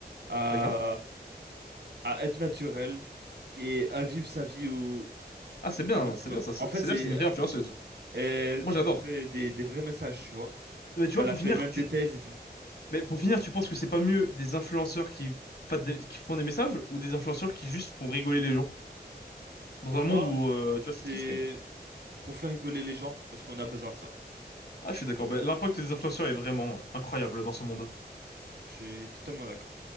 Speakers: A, on the right; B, on the left.
A: à,
B: D'accord?
A: à être naturel et à vivre sa vie au,
B: Ah, c'est bien,
A: au maximum.
B: c'est bien ça. C'est-
A: En fait,
B: C'est-à-dire
A: c'est,
B: que c'est une vraie influenceuse.
A: elle
B: Moi
A: transmet
B: j'adore.
A: des, des vrais messages, tu vois.
B: Mais tu
A: Elle
B: vois, pour
A: a fait
B: finir,
A: même
B: tu,
A: des thèses et tout.
B: mais pour finir, tu penses que c'est pas mieux des influenceurs qui, fat- des- qui font des messages ou des influenceurs qui juste font rigoler les gens? Dans
A: Pour
B: un
A: moi,
B: monde où, euh, tu vois,
A: c'est
B: c'est triste quand même.
A: pour faire rigoler les gens, parce qu'on a besoin de ça.
B: Ah, je suis d'accord. Ben, l'impact des influenceurs est vraiment incroyable dans ce monde.
A: Je suis totalement d'accord.